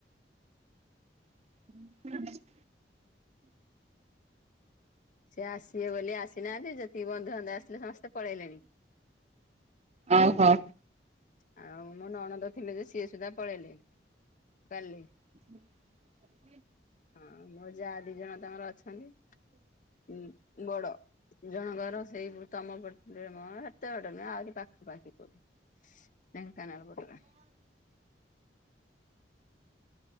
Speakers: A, on the right; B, on the left.
A: <inaudible>
B: ସେ ଆସିବେ ବୋଲି ଆସିନାହାନ୍ତି ଯେତିକି ବନ୍ଧୁବାନ୍ଧ ଆସିଲେ ସମସ୍ତେ ପଳେଇଲେଣି।
A: ଓହୋ।
B: ହୁଁ ଆଉ ମୋ ନଣନ୍ଦ ଥିଲେ ଯେ ସିଏ ସୁଦ୍ଧା ପଳେଇଲେ କାଲି।
A: ହଁ।
B: ହଁ ମୋ ଯାହା ଦି ଜଣ ତାଙ୍କର ଅଛନ୍ତି। ବଡ ଜଣ ଘର ସେଇ ତମପଟେ ମ। ଏତେ ବାଟ ନୁହଁ ଆହୁରି ପାଖ ପାାଖି କରୁ। କାଣା ଆଉ କହୁଥିଲା।